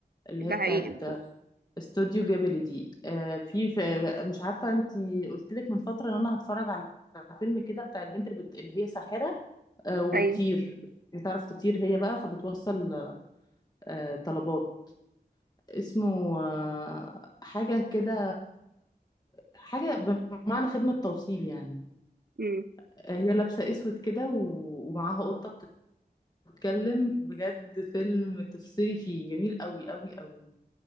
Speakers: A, on the left; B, on the right.
A: اللي هي
B: ده
A: بتاعت
B: حقيقي
A: استوديو جابلي دي آه، في في- مش عارفه انت قلت لك من فتره ان انا هتفرج على فيلم كده بتاع البنت اللي, بت... اللي هي ساحره آه، وبتطير
B: ايوه
A: بتعرف تطير هي بقى فبتوصل آه، طلبات اسمه آه، حاجة كده حاجة بمعنى خدمة توصيل يعني
B: امم
A: آه، هي لابسة اسود كده و- ومعاها قطة بتتكلم بجد فيلم تفصلي فيه جميل قوي قوي قوي